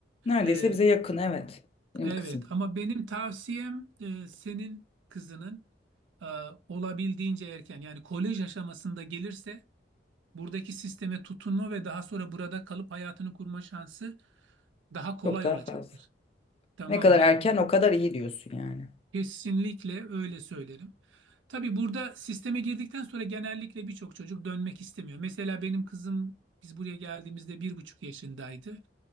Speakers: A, on the left (about 30°); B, on the right (about 85°).
A: Neredeyse
B: Ee,
A: bize yakın evet. Benim
B: evet,
A: kızım.
B: ama benim tavsiyem e, senin kızının e, olabildiğince erken, yani kolej aşamasında gelirse buradaki sisteme tutunma ve daha sonra burada kalıp hayatını kurma şansı daha kolay
A: Çok daha
B: olacaktır.
A: fazla.
B: Tamam
A: Ne kadar
B: mı? Yani
A: erken o kadar iyi diyorsun yani.
B: kesinlikle öyle söylerim. Tabii burada sisteme girdikten sonra genellikle birçok çocuk dönmek istemiyor. Mesela benim kızım biz buraya geldiğimizde bir buçuk yaşındaydı.